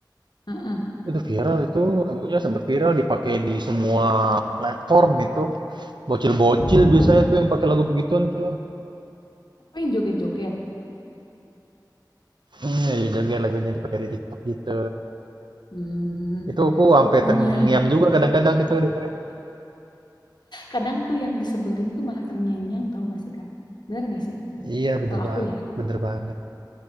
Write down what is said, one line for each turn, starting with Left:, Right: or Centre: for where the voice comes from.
Left: Hmm,
Right: Itu viral itu lagunya sempat viral dipakai di semua platform itu. Bocil-bocil
Left: <laughs>
Right: biasanya tuh yang pakai lagu begituan tuh.
Left: Apa yang joget-joget?
Right: Hmm, ya juga lagunya dipakai di TikTok gitu.
Left: Hmm,
Right: Itu aku
Left: aku
Right: sampai
Left: punya.
Right: terngiang-ngiang juga kadang-kadang itu dengerin.
Left: Kadang tuh yang disebelin tuh malah terngiang-ngiang tau gak sih, Kak? Bener gak sih?
Right: Iya bener
Left: Kalau aku
Right: banget,
Left: ya.
Right: bener banget.